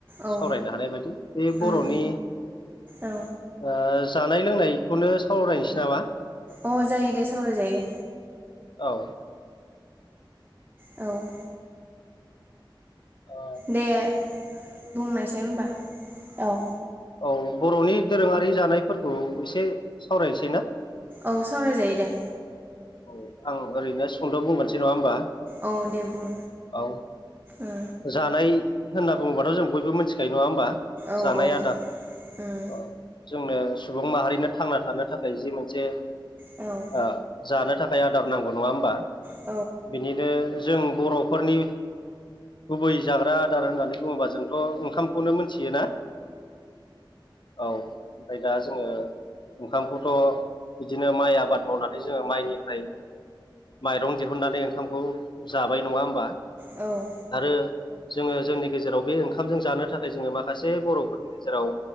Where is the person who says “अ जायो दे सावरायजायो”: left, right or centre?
Right